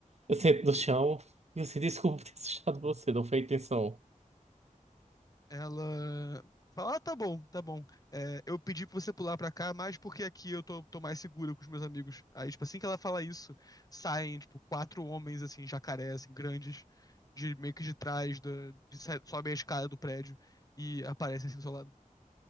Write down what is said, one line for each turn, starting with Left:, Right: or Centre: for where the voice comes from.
Right: Eu sento no chão e eu assim, desculpa ter <laughs> assustado você, não foi a intenção.
Left: Ela fala: ah, tá bom, tá bom. É, eu pedi pra você pular pra cá, mas porque aqui eu tô, tô mais segura com os meus amigos. Aí, tipo, assim que ela fala isso, saem, tipo, quatro homens, assim, jacaré, assim, grandes, de, meio que de trás, da, de, sa- sobem a escada do prédio e aparecem assim do seu lado.